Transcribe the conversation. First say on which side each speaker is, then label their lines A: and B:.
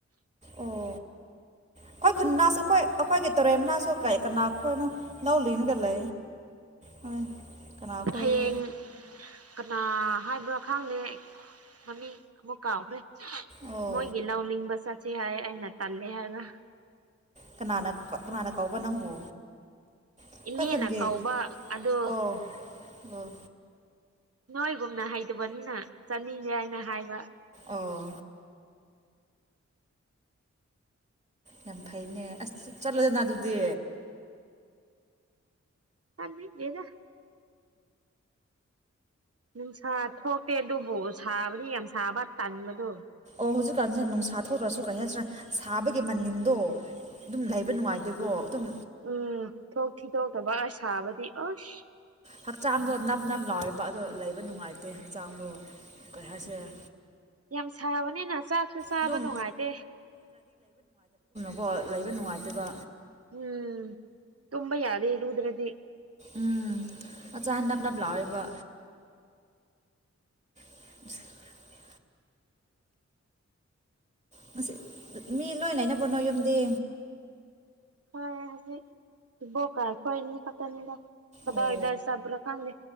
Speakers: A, on the right; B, on the right.
A: ꯑꯣ ꯑꯩꯈꯣꯏ ꯈꯨꯟꯟꯅꯁꯨ ꯑꯩꯈꯣꯏ ꯑꯩꯈꯣꯏꯒꯤ ꯇꯧꯔꯦꯝꯅꯥꯁꯨ ꯀꯩ ꯀꯅꯥꯈꯣ ꯏꯅꯣ ꯂꯧꯂꯤꯅ ꯂ ꯃ ꯀ ꯑꯈꯣꯏꯗ
B: ꯍꯌꯦꯡ ꯀꯅꯥ ꯍꯥꯏꯕ꯭ꯔꯥ ꯈꯪꯗꯦ ꯃꯃꯤ ꯑꯃꯨꯛ ꯀꯥꯎꯈ꯭ꯔꯦ
A: ꯑꯣ
B: ꯃꯣꯏꯒꯂ ꯎꯂꯤꯕꯁꯥ ꯁꯤ ꯍꯥꯏ ꯑꯩꯅ ꯇꯜꯂꯦ ꯍꯥꯏꯕ
A: ꯀꯅꯥꯅ ꯀꯅꯥꯅ ꯀꯧꯕ ꯅꯪꯕꯨ ꯑꯩꯈꯣꯏ
B: ꯏꯅꯦꯅ
A: ꯈꯨꯟꯒꯤ
B: ꯀꯧꯕ ꯑꯗꯨ
A: ꯑꯣ ꯑꯣ
B: ꯅꯣꯏꯒꯨꯝꯅ ꯍꯩꯇꯕꯅꯤꯅ ꯆꯠꯅꯤꯡꯗꯦ ꯍꯥꯏꯅ ꯍꯥꯏꯕ
A: ꯑꯣ ꯌꯥꯝ ꯐꯩꯅꯦ ꯑꯁ ꯆꯠꯂꯣꯗꯅ ꯑꯗꯨꯗꯤ
B: ꯇꯥꯕꯤꯗꯦꯗ ꯅꯨꯡꯁꯥ ꯊꯣꯛꯇꯦ ꯑꯗꯨꯕꯨ ꯁꯥꯕꯗꯤ ꯌꯥꯝ ꯁꯥꯕ ꯇꯟꯕꯗꯣ
A: ꯑꯣ ꯍꯧꯖꯤꯛꯀꯥꯟꯖꯦ ꯅꯨꯡꯁꯥ ꯊꯣꯛꯇ꯭ꯔꯁꯨ ꯀꯩ ꯍꯥꯏꯁꯤꯔ ꯁꯥꯕꯒꯤ ꯃꯅꯤꯟꯗꯣ ꯑꯗꯨꯝ ꯂꯩꯕ ꯅꯨꯡꯉꯥꯏꯇꯦꯀꯣ ꯑꯗꯨꯝ
B: ꯎꯝ ꯊꯣꯛ ꯊꯤꯗꯣꯛꯇꯕ ꯑꯁ ꯁꯥꯕꯗꯤ ꯑꯁ
A: ꯍꯛꯆꯥꯡꯗꯣ ꯅꯞ ꯂꯥꯎꯋꯦꯕ ꯑꯗꯣ ꯂꯩꯕ ꯅꯨꯡꯉꯥꯏꯇꯦ ꯍꯛꯆꯥꯡꯗꯣ ꯀꯩ ꯍꯥꯏꯁꯤꯔ
B: ꯌꯥꯝ ꯁꯥꯕꯅꯤꯅ ꯆꯥꯛꯁꯨ ꯆꯥꯕ
A: ꯑꯗꯨꯝ
B: ꯅꯨꯡꯉꯥꯏꯇꯦ
A: ꯀꯣ ꯂꯩꯕ ꯅꯨꯡꯉꯥꯏꯇꯦꯕ
B: ꯎꯝ ꯇꯝꯝꯕ ꯌꯥꯗꯦ ꯏꯔꯨꯗ꯭ꯔꯗꯤ
A: ꯎꯝ ꯑꯆꯥ ꯅꯞ ꯅꯞ ꯂꯥꯎꯋꯦꯕ <unintelligible> ꯉꯁꯤ ꯃꯤ ꯂꯣꯏ ꯂꯩꯅꯕ꯭ꯔꯣ ꯅꯣꯏ ꯌꯨꯝꯗꯤ
B: ꯋꯥꯏꯌꯦ ꯍꯧꯖꯤꯛ ꯏꯕꯣꯛꯀ ꯑꯩꯈꯣꯏ ꯑꯅꯤ ꯈꯛꯇꯅꯤꯗ ꯀꯗꯥꯏ
A: ꯑꯣ
B: ꯀꯗꯥꯏ ꯆꯠꯄ꯭ꯔꯥ ꯈꯪꯗꯦ